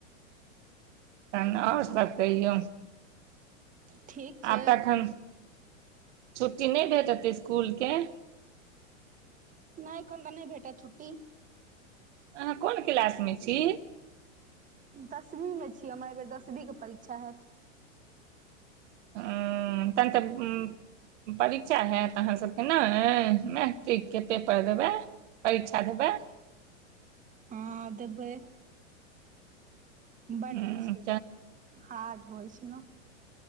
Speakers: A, on the right; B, on the right.
A: तहन आओर सब कहियौ
B: ठीक छै
A: आब तखन छुट्टी नहि भेटतै इसकुल के,
B: नय अखन तऽ नै भेटत छुट्टी,
A: आहाँ कोन किलास मे छी,
B: दसमीं मे छी हमरा एहिबेर दसबी के परीक्षा हैत,
A: ह तन त उ परीक्षा हैत अहाँ सभके नय मैट्रिक के पेपर देबै, परीक्षा देबै,
B: हँ देबई बड
A: हँ
B: ओ छै, हाथ धोई छी नऽ